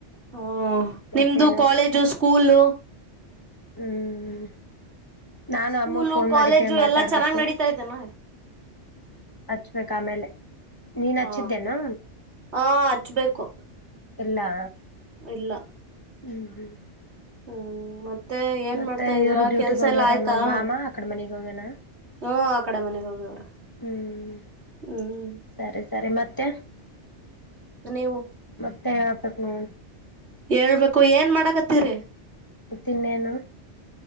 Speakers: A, on the right; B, on the left.
A: ಹ
B: ಮತ್ತೇನು
A: ನಿಮ್ದು ಕಾಲೇಜು ಸ್ಕೂಲು
B: ಹ್ಮ್ ನಾನು
A: ಸ್ಕೂಲು
B: ಅಮ್ಮ ಫೋನ್ ಮಾಡಿದ್ದೆ
A: ಕಾಲೇಜು
B: ಮಾತಾಡ್ಬೇಕು
A: ಎಲ್ಲಾ ಚೆನ್ನಾಗ್ ನಡೀತಾ ಇದೆನಾ
B: ಹಚ್ಬೇಕ ಆಮೇಲೆ ನೀನ್ ಹಚ್ಚಿದ್ದೇನಾ
A: ಹ ಹಾ ಹಚ್ಬೇಕು
B: ಇಲ್ಲಾ
A: ಇಲ್ಲ
B: ಹ್ಮ್ ಹ್ಮ್
A: ಹ್ಮ್ ಮತ್ತೆ ಏನ್
B: ಮತ್ತೆ
A: ಮಾಡ್ತಾ ಇದೀರಾ
B: ಇವ್ರು ಡ್ಯೂಟಿಗ್
A: ಕೆಲ್ಸ
B: ಹೋಗ್ಯಾರ
A: ಎಲ್ಲ ಆಯ್ತಾ
B: ನೋಡ್
A: ಹ್ಮ
B: ಮಾಮ ಆ ಕಡೆ ಮನಿಗ್ ಹೋಗ್ಯನ
A: ಆ ಕಡೆ ಮನೆಗ್ ಹೋಗವ್ರ
B: ಹ್ಮ್
A: ಹ್ಮ್
B: ಸರಿ ಸರಿ ಮತ್ತೆ
A: ಹ ನೀವು
B: ತ ಆಪ ಮ
A: ಹೇಳ್ಬೇಕು ಏನ್ ಮಾಡಕತ್ತೀರಿ
B: ತಿನ್ನೇನು